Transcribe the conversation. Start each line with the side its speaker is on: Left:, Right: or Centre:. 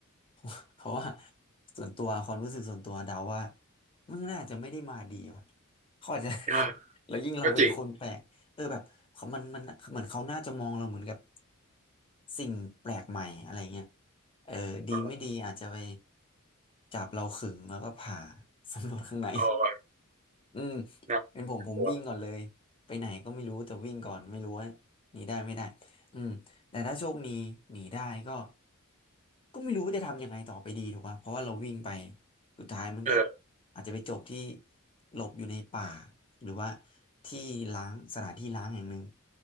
Left: <laughs> เพราะว่าส่วนตัวความรู้สึกส่วนตัวเดาว่ามึงน่าจะไม่ได้มาดีว่ะเขาอาจจะ
Right: อ่ะ
Left: <laughs> แล้วยิ่งเราเป็นคนแปลกเออแบบเขามันมันเหมือนเขาน่าจะมองเราเหมือนกับ
Right: ก็จริง
Left: สิ่งแปลกใหม่อะไรเงี้ยเออดีไม่ดีอาจจะไป
Right: เออ
Left: จับเราขึงแล้วก็ผ่า <laughs> สำรวจข้างใน
Right: โอ้ย
Left: อืม
Right: น่า
Left: เป็นผมผมวิ่งก่อนเลยไปไหนก็ไม่รู้แต่วิ่งก่อนไม่รู้ว่าหนีได้ไม่ได้
Right: กลัว
Left: อืมแต่ถ้าโชคดีหนีได้ก็ก็ไม่รู้ว่าจะทำยังไงต่อไปดีถูกป่ะเพราะว่าเราวิ่งไปสุดท้ายมันก็
Right: เออ
Left: อาจจะไปจบที่หลบอยู่ในป่าหรือว่าที่ล้างสถานที่ล้างแห่งหนึ่ง